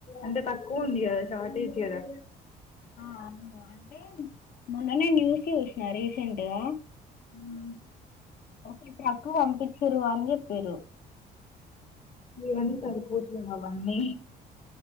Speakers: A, on the left; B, on the left.
A: అంటే తక్కువ ఉంది కదా షార్టేజ్ కదా
B: ఆ అవును అంటే మొన్ననే న్యూస్ చూసిన రీసెంట్గా
A: ఉన్న
B: ఒక ట్రక్ వంపించిరు అని చెప్పింరు
A: కానీ సరిపోవట్లేవు అవన్నీ